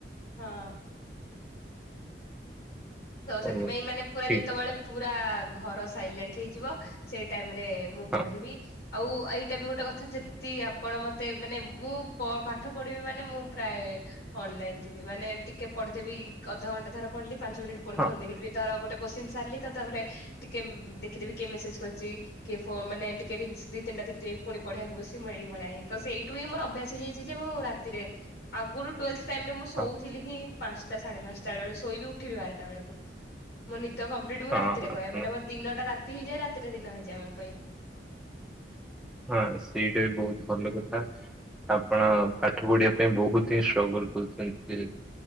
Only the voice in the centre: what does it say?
ହଉ
ଠିକ
ହଁ
ହଁ
ହଁ
ହଁ
ଆପଣ
ହଁ ସେଇଟା ବି ବହୁତ ଭଲ କଥା। ଆପଣ ପାଠ ପଢିବା ପାଇଁ ବହୁତ ହିଁ ଷ୍ଟ୍ରଗଲ କରୁଛନ୍ତି।